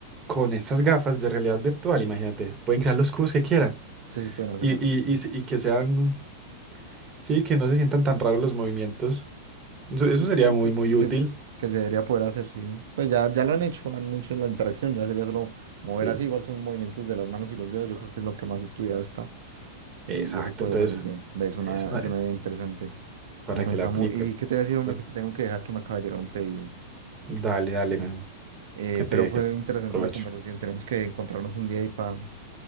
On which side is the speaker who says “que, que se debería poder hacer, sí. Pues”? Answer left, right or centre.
Right